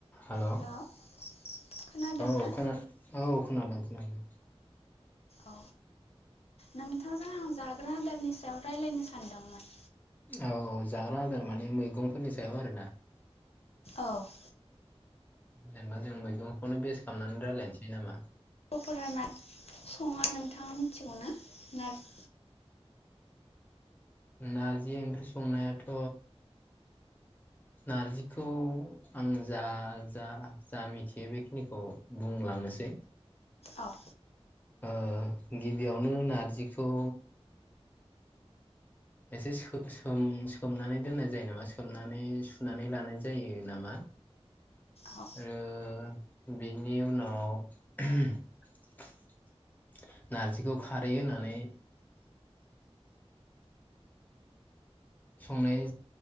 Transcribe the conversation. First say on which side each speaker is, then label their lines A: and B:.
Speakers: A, on the left; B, on the left.
A: हेल' औ
B: हेलौ खोनादोंना
A: खोनाद औ। खोनादों खोनादों।
B: औ नोंथांजों आं जाग्रा आदारनि सायाव रायलायनो सानदोंमोन।
A: औ-औ जाग्रा आदार माने मैगंफोरनि सायाव आरोना?
B: औ। <inaudible>
A: जेनेबा जों मैगंखौनो बेस खालामनानै रायलायनोसै नामा?
B: फोरा नार सङा नोंथाङा मिथिगौना नार <inaudible>
A: नारजि ओंख्रि संनायाथ' नारजिखौ आं जा-जा-जा मिथियो बेखिनिखौ बुंलांनोसै।
B: औ।
A: ओ गिबियावनो नारजिखौ एसे सो सोम सोमनानै दोननाय जायो नामा सोमनानै सुनानै लानाय जायो नामा
B: औ
A: आरो बेनि उनाव नारजिखौ खारै होनानै संनाय